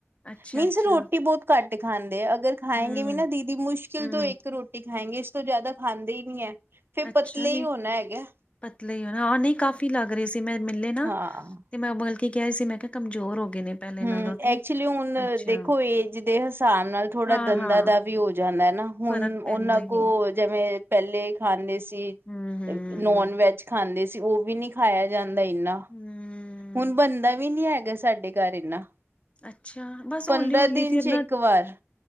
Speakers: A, on the left (about 25°); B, on the right (about 50°).
A: ਅੱਛਾ
B: ਮੀਨਸ
A: ਅੱਛਾ
B: ਰੋਟੀ ਬਹੁਤ ਘੱਟ ਖਾਂਦੇ, ਅਗਰ ਖਾਏਗੇ
A: ਹੂੰ
B: ਵੀ ਨਾ ਦੀਦੀ ਮੁਸ਼ਕਿਲ
A: ਹੂੰ
B: ਤੋਂ
A: ਹੂੰ
B: ਇੱਕ ਰੋਟੀ ਹੈਗੇ ਇਸ ਤੋਂ ਜ਼ਿਆਦਾ ਖਾਂਦੇ ਹੀ ਨੀ ਹੈ। ਫਿਰ
A: ਅੱਛਾ
B: ਪਤਲੇ
A: ਜੀ
B: ਹੀ ਹੋਣਾ ਹੈਗਾ।
A: ਪਤਲੇ ਹਾਂ ਨਹੀਂ ਕਾਫੀ ਲੱਗ ਰਹੇ ਸੀ ਮੈਂ ਮਿਲੇ ਨਾ,
B: ਹਾਂ
A: ਤੇ ਮੈਂ ਬਲਕੀ ਕਹਿ ਰਹੀ ਸੀ ਮੈਂ ਕਿਹਾ ਕਮਜ਼ੋਰ ਹੋ ਗਏ ਨੇ ਪਹਿਲੇ
B: ਹੂ,
A: ਨਾਲੋਂ ਤੇ
B: ਐਕਚੁਲੀ ਹੁਣ
A: ਅੱਛਾ
B: ਦੇਖੋ ਏਜ ਦੇ ਹਿਸਾਬ ਨਾਲ ਥੋੜਾ
A: ਹਾਂ
B: ਦੰਦਾਂ
A: ਹਾਂ
B: ਦਾ ਵੀ ਹੋ ਜਾਂਦਾ। ਹੈਨਾ, ਹੁਣ
A: ਫ਼ਰਕ ਪੈਂਦਾ
B: ਉਹਨਾਂ
A: ਹੀ
B: ਕੋਲ
A: ਹੈ
B: ਜਿਵੇਂ ਪਹਿਲੇ ਖਾਂਦੇ ਸੀ
A: ਹੂੰ ਹੂੰ
B: ਨੋਨ
A: ਹੂੰ
B: ਵੈਜ ਖਾਂਦੇ ਸੀ, ਔ ਵੀ ਨੀ ਖਾਇਆ ਜਾਂਦਾ ਇਨਾ।
A: ਹੂੰ।
B: ਹੁਣ ਬਣਦਾ ਵੀ ਨੀ ਹੈਗਾ, ਸਾਡੇ ਘਰ ਇਨਾ।
A: ਅੱਛਾ ਬਸ
B: ਪੰਦਰਾਂ
A: ਹੌਲੀ ਹੌਲੀ
B: ਦਿਨ
A: ਫਿਰ
B: ਚ
A: ਨਾ
B: ਇੱਕ ਵਾਰ